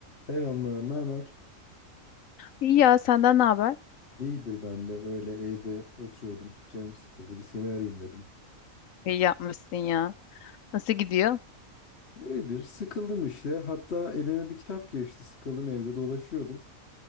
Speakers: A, on the left (about 50°); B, on the left (about 75°).
A: Selamlar, ne haber?
B: İyi ya senden ne haber?
A: İyidir ben de öyle evde oturuyordum. Canım sıkıldı, bir seni arayayım dedim.
B: İyi yapmışsın ya. Nasıl gidiyor?
A: İyidir, sıkıldım işte. Hatta elime bir kitap geçti, sıkıldım evde dolaşıyordum.